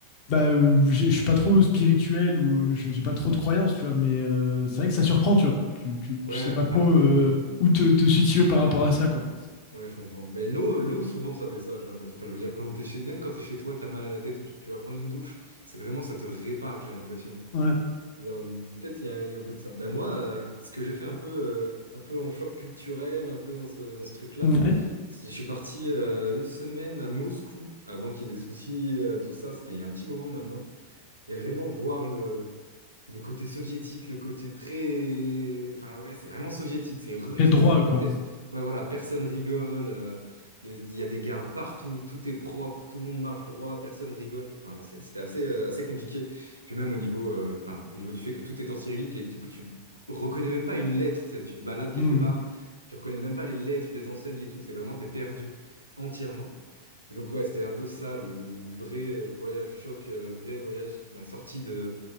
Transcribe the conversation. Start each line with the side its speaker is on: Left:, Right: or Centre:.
Left: Bah, euh, j'ai- je suis pas trop spirituel ou euh, j'ai j'ai pas trop de croyances, tu vois, mais euh, c'est vrai que ça surprend, tu vois. Tu, tu,
Right: Ouais,
Left: tu sais pas trop
Right: après,
Left: euh,
Right: euh,
Left: où te, te situer par rapport à ça, quoi.
Right: ouais, je comprends. Mais l'eau, l'eau, souvent, ça fait ça, j'ai l'impression. Enfin, je veux dire, quand t'es chez, même quand t'es chez toi, t'as mal à la tête ou tout, tu vas prendre une douche, c'est vraiment, ça te répare, j'ai l'impression.
Left: Ouais.
Right: Genre, peut-être il y a, il y a un peu de ça. Ben moi, euh, ce que j'ai fait un peu, euh, un peu en choc culturel, un peu dans ce, dans ce truc-là,
Left: Ouais.
Right: c'est- je suis parti euh, une semaine à Moscou avant qu'il y ait des soucis, euh, tout ça. C'était il y a un petit moment maintenant. Et vraiment voir le, le côté soviétique, le côté très... Enfin, ouais, c'est vraiment soviétique, c'est rustre,
Left: Très droit,
Right: c'est...
Left: quoi.
Right: pe- Ouais, voilà, personne rigole, euh, les- il y a des gardes partout, tout est propre, tout le monde marche droit, personne rigole. Enfin, c'est- c'était assez, euh, assez compliqué. Puis même au niveau, euh, enfin, au niveau du fait que tout est en cyrillique et que du coup, tu reconnais même pas une lettre, tu sais, tu te balades quelque
Left: Mmh.
Right: part, tu reconnais même pas les lettres des enseignes et tout, c'est vraiment, t'es perdu entièrement. Et donc, ouais, c'était un peu ça, le, le- le vrai euh, voyage choc, euh, vrai voyage qui m'a sorti de,